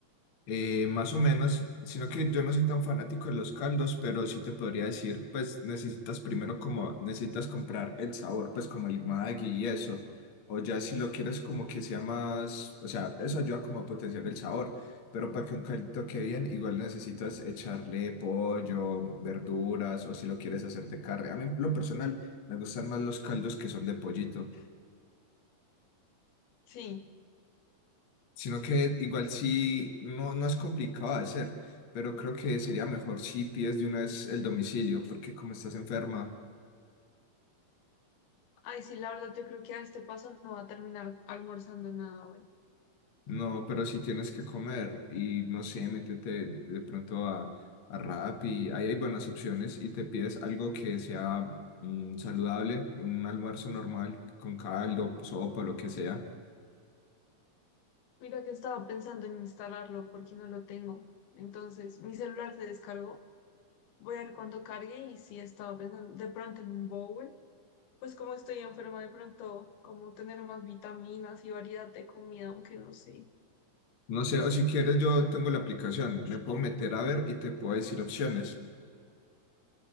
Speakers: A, on the left; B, on the left.
A: Eh, más o menos, sino que yo no soy tan fanático de los caldos, pero sí te podría decir, pues necesitas primero como, necesitas comprar el sabor, pues como el Maggi y eso, o ya si lo quieres como que sea más, o sea, eso ayuda como a potenciar el sabor, pero para que un caldito quede bien, igual necesitas echarle pollo, verduras, o si lo quieres hacer de carne. A mí, en lo personal, me gustan más los caldos que son de pollito.
B: Sí.
A: Sino que igual sí, no, no es complicado de hacer, pero creo que sería mejor si pides de una vez el domicilio, porque como estás enferma,
B: Ay, sí, la verdad, yo creo que a este paso no va a terminar almorzando nada hoy.
A: no, pero si tienes que comer y no sé, métete de pronto a, a Rappi, ahí hay buenas opciones y te pides algo que sea mm, saludable, un almuerzo normal con caldo, sopa, lo que sea.
B: Mira que estaba pensando en instalarlo porque no lo tengo. Entonces, mi celular se descargó. Voy a ver cuándo cargue y sí estaba pensando de pronto en un bowl. Pues como estoy enferma, de pronto como tener más vitaminas y variedad de comida, aunque no sé.
A: No sé, o si quieres yo tengo la aplicación, me puedo meter a ver y te puedo decir opciones.